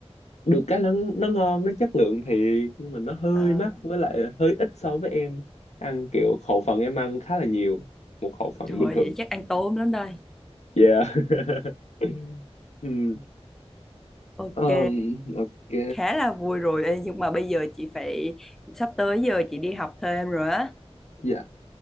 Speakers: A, on the left; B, in the centre.
A: được cái nó nó ngon nó chất lượng thiệt nhưng mà nó hơi
B: Ờ,
A: mắc với lại hơi ít so với em ăn kiểu khẩu phần em ăn khá là nhiều một khẩu phần
B: trời
A: bình thường
B: vậy chắc ăn tôm lắm đây.
A: yeah <laughs> Ừm,
B: Ok,
A: ờm, ok
B: khá là vui rồi. Ê, nhưng mà bây giờ chị phải sắp tới giờ chị đi học thêm rồi á.
A: dạ